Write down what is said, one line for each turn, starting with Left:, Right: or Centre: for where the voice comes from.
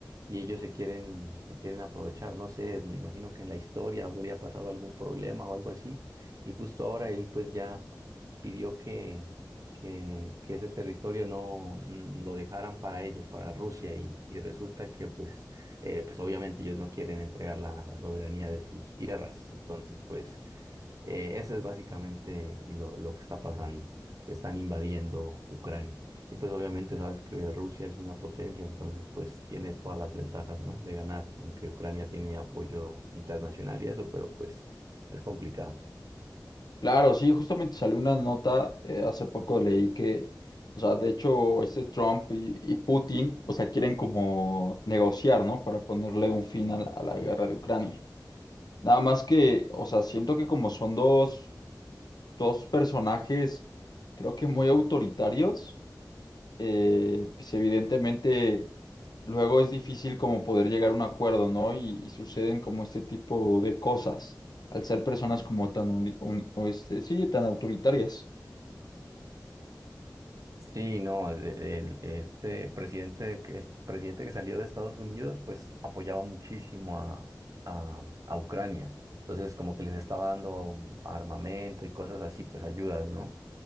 Right: y ellos se quieren, se quieren aprovechar, no sé, me imagino que en la historia habría pasado algún problema o algo así, y justo ahora él pues ya pidió que, que, que ese territorio no mm, lo dejaran para ellos, para Rusia, y, y resulta que pues, eh, pues obviamente ellos no quieren entregar la, la soberanía de sus tierras, entonces pues eh, eso es básicamente lo, lo que está pasando, que están invadiendo Ucrania. Y pues obviamente sabes que Rusia es una potencia, entonces pues tiene todas las ventajas, ¿no? de ganar, aunque Ucrania tiene apoyo internacional y eso, pero pues es complicado.
Left: Claro, sí, justamente salió una nota, eh, hace poco leí que, o sea, de hecho, este Trump y, y Putin, o sea, quieren como negociar, ¿no? Para ponerle un fin a la, a la guerra de Ucrania. Nada más que, o sea, siento que como son dos, dos personajes, creo que muy autoritarios eh, pues evidentemente luego es difícil como poder llegar a un acuerdo, ¿no? Y, y suceden como este tipo de cosas, al ser personas como tan, uni- un- o este, sí, tan autoritarias.
Right: Sí, no, el, el- este presidente, que- el presidente que salió de Estados Unidos pues apoyaba muchísimo a, a, a Ucrania. Entonces como que les estaba dando armamento y cosas así, pues ayudas, ¿no?